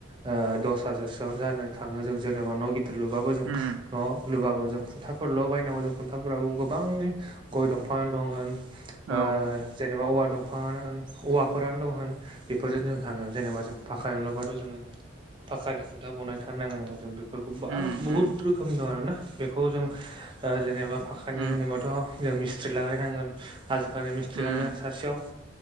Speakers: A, on the right (about 25°); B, on the right (about 80°).
A: ओ दस हाजासोआवनो जानो थाङो जों जेनेबा न' दोर लुबाबो जों न'।
B: उम
A: लुबाबो जों खुन्थाफोरल' बायनांगौ जों खुन्थाफोराबो गोबांनि गय दंफां दं होन।
B: औ
A: ओ जेनेबा औवा दं। दंफाङानो होन औवाफोरानो दं होन बेफोरजों जों थाङो जेनेबा जों फाखा न'लुबाथ जोङो। पाखानि खुन्था बनायथारनांगोन जों बे फोरखौ बा
B: उम
A: बहुत
B: उम
A: रोखोमनि दं आरोना बेखौ जों ओ जेनेबा फाखानि
B: उम
A: होनोबाथ' जों मिस्ट्रि लागायनांगोन आजिखालि मिस्थ्रियानो
B: उम औ उम औ
A: सासेयाव।